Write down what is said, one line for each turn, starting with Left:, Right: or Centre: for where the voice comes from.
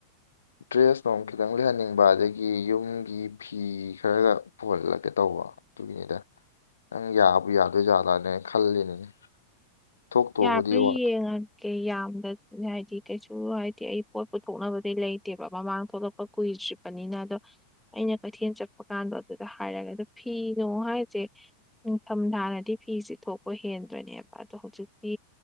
Left: ꯗ꯭ꯔꯦꯁ ꯅꯨꯡ ꯈꯤꯇꯪ ꯂꯩꯍꯟꯅꯤꯡꯕ ꯑꯗꯒꯤ ꯌꯨꯝꯒꯤ ꯐꯤ ꯈꯔꯒ ꯄꯨꯍꯜꯂꯒꯦ ꯇꯧꯕ ꯑꯗꯨꯒꯤꯅꯤꯗ ꯅꯪ ꯌꯥꯕꯨ ꯌꯥꯗꯣꯏꯖꯥꯂꯅꯦ ꯈꯜꯂꯤꯅꯤꯅꯦ ꯊꯣꯛꯇꯧꯕꯨꯗꯤ
Centre: ꯌꯥ ꯐ ꯌꯦ
Left: ꯋꯥ
Centre: ꯀꯩ ꯌꯥꯝꯗ ꯍꯥꯏꯗꯤ ꯀꯩꯁꯨ ꯍꯥꯏꯗꯤ ꯑꯩ ꯄꯣꯠ ꯄꯨꯊꯣꯛꯅꯕꯗꯩ ꯂꯩꯇꯦꯕ ꯃꯃꯥꯡ ꯊꯣꯛꯂꯛꯄ ꯀꯨꯏꯗ꯭ꯔꯤ ꯆꯠꯄꯅꯤꯅ ꯑꯗꯣ ꯑꯩꯅ ꯀꯩꯊꯦꯜ ꯆꯠꯄ ꯀꯥꯟꯗꯣ ꯑꯗꯨꯗ ꯍꯥꯏꯔꯛꯒꯦ ꯑꯗꯣ ꯐꯤꯅꯣ ꯍꯥꯏꯁꯦ꯫ ꯅꯤꯡꯊꯝ ꯊꯥꯅꯗꯤ ꯐꯤꯁꯦ ꯊꯣꯛꯄ ꯍꯦꯟꯗꯣꯏꯅꯦꯕ ꯑꯗꯣ ꯍꯧꯖꯤꯛꯇꯤ꯫